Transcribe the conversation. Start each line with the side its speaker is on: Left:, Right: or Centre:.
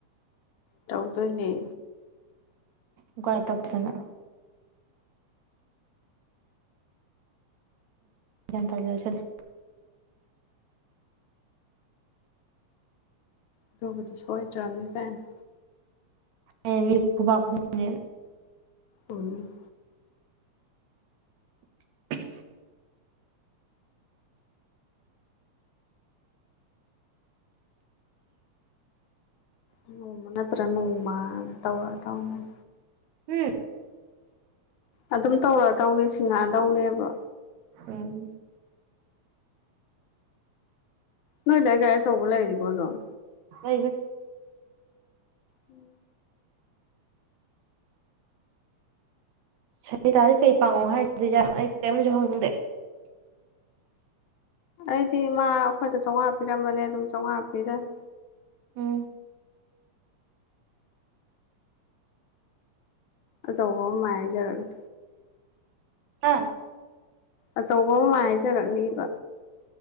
Left: ꯇꯧꯗꯣꯏꯅꯦ
Right: ꯎꯀꯥꯏ ꯇꯛꯇꯅ ꯒꯌ꯭ꯥꯟ ꯇꯥꯖꯔꯛꯁꯅꯤ
Left: ꯑꯗꯨꯕꯨꯗ ꯁꯣꯏꯗ꯭ꯔꯝꯅꯤ ꯀꯩꯅꯣ
Right: ꯍꯌꯦꯡ ꯃꯤ ꯈꯨꯕꯥꯛ ꯈꯨꯅꯅꯦꯅ
Left: ꯎꯝ
Right: <inaudible>
Left: ꯅꯣꯡꯃ ꯅꯠꯇ꯭ꯔ ꯅꯣꯡꯃꯅ ꯇꯧꯔꯗꯧꯅꯦ
Right: ꯎꯝ
Left: ꯑꯗꯨꯝ ꯇꯧꯔꯗꯧꯅꯦ ꯁꯤꯡꯉꯛꯑꯗꯧꯅꯦꯕ
Right: ꯎꯝ
Left: ꯅꯣꯏꯗꯥꯏ ꯒꯥꯔꯤ ꯑꯆꯧꯕ ꯂꯩꯔꯤꯕꯣ ꯑꯗꯨꯝ
Right: ꯂꯩꯕꯅꯤ
Left: ꯎꯝ
Right: ꯁꯔꯤꯇꯥꯗ ꯀꯩ ꯄꯥꯉꯣ ꯍꯥꯏꯗꯨꯏ ꯖꯥꯠꯅꯣ ꯑꯩ ꯀꯔꯤꯝꯁꯨ ꯍꯪꯗꯦ
Left: ꯑꯩꯗꯤ ꯃꯥ ꯑꯩꯈꯣꯏꯗ ꯆꯥꯝꯃꯉꯥ ꯄꯤꯔꯝꯕꯅꯦ ꯑꯗꯨꯝ ꯆꯥꯝꯃꯉꯥ ꯄꯤꯔꯅꯤ
Right: ꯎꯝ
Left: ꯑꯆꯧꯕ ꯃꯥꯏꯖꯔꯅꯤ
Right: ꯍꯥ
Left: ꯑꯆꯧꯕ ꯑꯃ ꯃꯥꯏ ꯍꯥꯏꯖꯔꯛꯅꯦꯕ